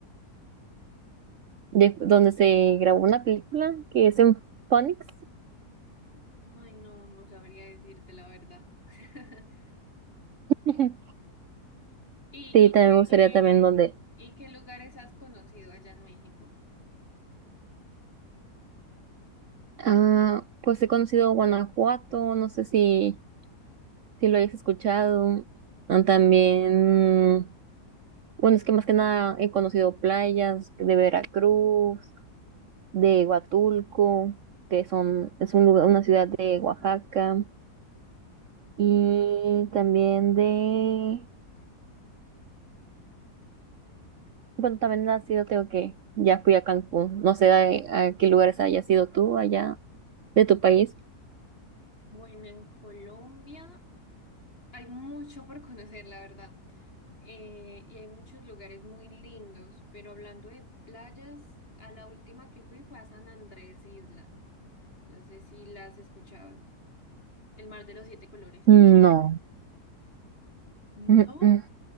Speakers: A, on the right; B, on the left.
A: de donde se grabó una película que es en Phoenix.
B: Ay, no, no sabría decirte la verdad. <laughs>
A: <laughs>
B: ¿Y,
A: Sí, también
B: y
A: me gustaría también donde...
B: qué, y qué lugares has conocido allá en México?
A: Ah, pues he conocido Guanajuato, no sé si, si lo hayas escuchado. Ah, También, bueno, es que más que nada he conocido playas de Veracruz. de Huatulco, que son, es un lugar, una ciudad de Oaxaca, y también de, bueno, también ha sido, tengo que, ya fui a Cancún, no sé a, a qué lugares hayas ido tú allá de tu país.
B: Bueno, en Colombia hay mucho por conocer, la verdad. eh, y hay muchos lugares muy lindos, pero hablando de playas, a la última que fui fue a San Andrés Isla. No sé si la has escuchado. El mar de los siete colores.
A: No.
B: No,
A: Mm, mm,